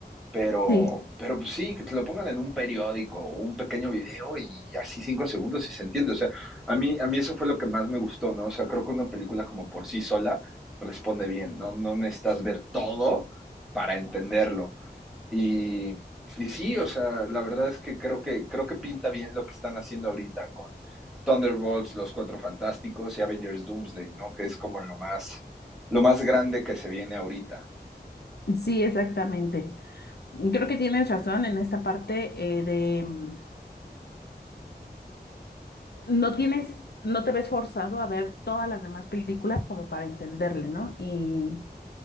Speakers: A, in the centre; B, on the left.
A: pero,
B: sí.
A: pero pues sí, que te lo pongan en un periódico o un pequeño video y así cinco segundos y se entiende. O sea, a mí, a mí eso fue lo que más me gustó, ¿no? O sea, creo que una película como por sí sola responde bien, ¿no? No necesitas ver todo para entenderlo. Y, y sí, o sea, la verdad es que creo que creo que pinta bien lo que están haciendo ahorita con Thunderbolts, Los Cuatro Fantásticos y Avengers Doomsday, ¿no? Que es como lo más lo más grande que se viene ahorita.
B: Sí, exactamente. Creo que tienes razón en esta parte eh, de mm, no tienes, no te ves forzado a ver todas las demás películas como para entenderle, ¿no? Y